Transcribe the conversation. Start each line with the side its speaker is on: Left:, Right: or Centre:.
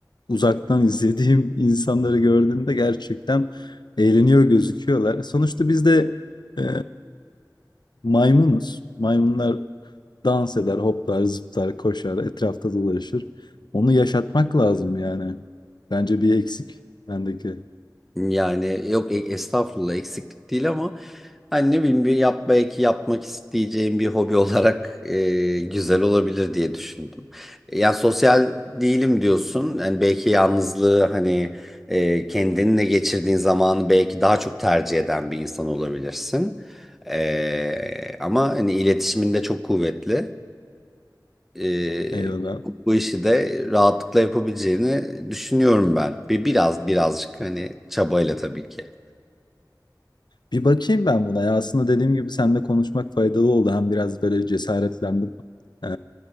Left: uzaktan izlediğim <laughs> insanları gördüğümde gerçekten eğleniyor gözüküyorlar. Sonuçta biz de e, maymunuz. Maymunlar dans eder, hoplar, zıplar, koşar, etrafta dolaşır. Onu yaşatmak lazım yani. Bence bir eksik bendeki.
Centre: Yani yok e- estağfurullah eksiklik değil ama hani ne bileyim bir yap belki yapmak isteyeceğim bir hobi olarak e, güzel olabilir diye düşündüm. E, Yani sosyal değilim diyorsun. Yani belki yalnızlığı hani e, kendinle geçirdiğin zamanı belki daha çok tercih eden bir insan olabilirsin. E, ama hani iletişiminde çok kuvvetli. E,
Left: Eyvallah.
Centre: bu işi de rahatlıkla yapabileceğini düşünüyorum ben. Bir biraz birazcık hani çabayla tabii ki.
Left: Bir bakayım ben buna. Ya aslında dediğim gibi seninle konuşmak faydalı oldu. Hem biraz böyle cesaretlendim. Ee,